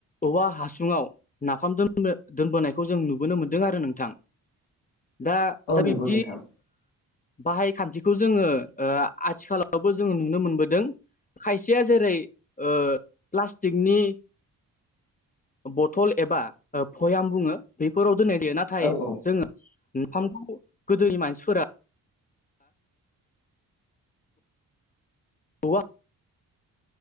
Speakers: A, on the left (about 20°); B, on the left (about 90°).
A: औवा हासुङाव नाफामजों दोनबोनायखौ जों नुबोनो मोन्दों आरो नोंथां दा
B: औ
A: दा
B: नंगौ
A: बिब्दि
B: नोंथां
A: बाहाय खान्थिखौ जोङो आथिखालावबो जोङो नुनो मोनबोदों खायसेया जेरै प्लास्टिकनि बथल एबा भयाम बुङो बेफोराव दोननाय जायो नाथाय
B: औ औ
A: जोङो नाफामखौ गोदोनि मानसिफोरा औवा